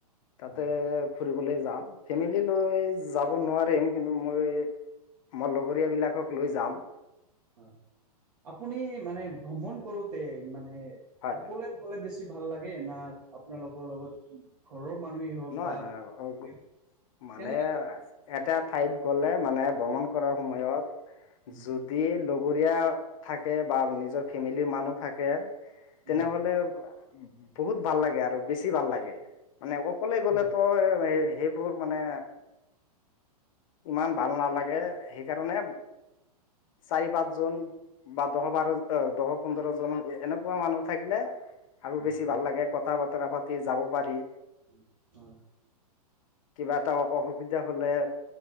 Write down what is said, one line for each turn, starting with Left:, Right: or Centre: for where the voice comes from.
Left: তাতে
Right: হয়
Left: ফুৰিবলৈ যাম। ফেমিলি লৈ যাব নোৱাৰিম কিন্তু, মোৰ এই মোৰ লগৰীয়া বিলাকক লৈ যাম।
Right: হয়। আপুনি মানে ভ্ৰমণ কৰোঁতে, মানে
Left: হয়
Right: অকলে
Left: হয়
Right: অকলে বেছি ভাল লাগে না আপোনাৰ লগৰ লগত? <unintelligible> ঘৰৰ মানুহেই হওঁক
Left: নহয়
Right: বা
Left: নহয় অ', গ-
Right: <inaudible>
Left: মানে
Right: কেনেকা থাক মানে
Left: এটা ঠাইত গ'লে মানে ভ্ৰমণ কৰাৰ সময়ত যত
Right: উম
Left: যদি লগৰীয়া থাকে বা নিজৰ ফেমিলিৰ মানুহ থাকে তেনেহ'লে
Right: উম
Left: বহুত ভাল লাগে, আৰু বেছি ভাল লাগে। মানে অক অকলে
Right: সেইটোৱে
Left: গ'লে
Right: কথা।
Left: তই এ সেইবোৰ মানে ইমান ভাল নালাগে সেইকাৰণে, চাৰি, পাঁচ জন বা দহ, বাৰ, ভিতৰ দহ, পোন্ধৰ জন, এনেকুৱা মানুহ থাকিলে আৰু
Right: উম
Left: বেছি ভাল লাগে, কথা-বতৰা পাতি যাব পাৰি।
Right: উম, হয়।
Left: কিবা এটা অ-অসুবিধা হলে,